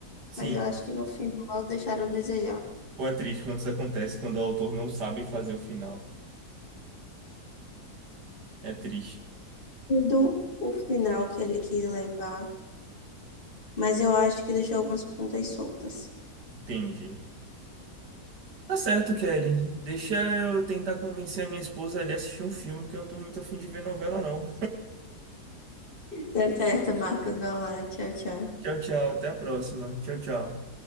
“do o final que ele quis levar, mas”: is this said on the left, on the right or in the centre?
Left